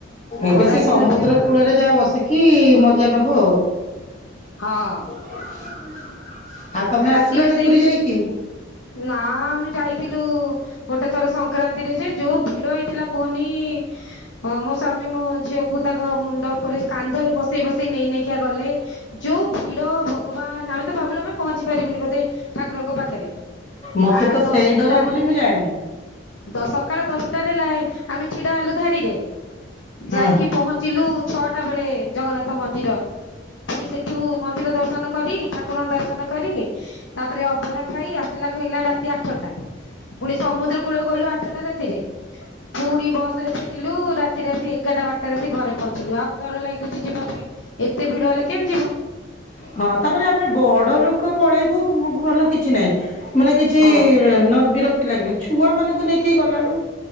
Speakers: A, on the left; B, on the left.
A: ଏବେ
B: ଖରା
A: ସେ ସମୁ
B: ଦିନ
A: ମୁଦ୍ର
B: ପାଇଁ ଭଲ
A: କୂଳରେ ଯାହା ବସିକି ମଜା ନବୁ ଆଉ।
B: ହଁ
A: <inaudible>
B: ରାତି
A: ଆସିଲଣି
B: ରୋଷେଇ?
A: ପୁରୀ ଯାଇକି
B: ନା ଆମେ ଯାଇଥିଲୁ ଗୋଟେ ଥର ସଂକ୍ରାନ୍ତିରେ ଯାଇଚୁ ଯୋଉ ଭିଡ ହେଇଥିଲା କୁହନି ଅ ମୋ ସ୍ଵାମୀ ମୋ ଝିଅ କୁ ତାଙ୍କ ମୁଣ୍ଡ ଉପରେ କାନ୍ଧରେ ବସେଇ ବସେଇ ନେଇ ନେଇକି କିଆ ଗଲେ ଯୋଉ ଭିଡ଼ ଭଗବାନ ଆମେ ତ ଭାବିଲୁ ଆମେ ପହଞ୍ଚି ପାରିବୁନି ବୋଧେ ଠାକୁରଙ୍କ ପାଖରେ।
A: ମତେ
B: ଆ
A: ତ ସେଇ
B: ଦଶଟା
A: ଡର ବୋଲି ମୁଁ ଯାଏନି।
B: ଦ ସକାଳ ଦଶଟାରେ ଲାଇ ଆମେ ଛିଡାହେଲୁ ଧାଡିରେ,
A: ହଁ।
B: ଯାଇକି ପହଞ୍ଚିଲୁ ଛଅଟା ବେଳେ ଜଗନ୍ନାଥ ମନ୍ଦିର ପୁଣି ସେଠୁ ମନ୍ଦିର ଦର୍ଶନ କରି ଠାକୁରଙ୍କ ଦର୍ଶନ କରି ତାପରେ ଅବଢ଼ା ଖାଇ ଆସିଲାକୁ ହେଲା ରାତି ଆଠଟା। ପୁଣି ସମୁଦ୍ର କୂଳକୁ ଗଲୁ ଆଠଟା ରାତିରେ। ପୁଣି ବସ୍ ରେ ଫେରିଲୁ ରାତିରେ ଆସି ଏଗାରଟା ବାରଟାରେ ଆସି ଘରେ ପହଞ୍ଚିଲୁ ଆଉ ଡର ଲାଗୁଛି ଯିବା ପାଇଁ। ଏତେ ଭିଡ ହେଲେ କେମିତି ଯିବୁ?
A: ହଁ ତାପରେ ଆମେ ବଡ ଲୋ କ ପଳେଇବୁ ମୁଗ୍ ଭଲ କିଛି ନାହିଁ ମାନେ କିଛି
B: ହଁ
A: ନଲେ ବିରକ୍ତି ଲାଗିବନି। ଛୁଆମାନଙ୍କୁ ନେଇକି ଗଲା ବେଳୁ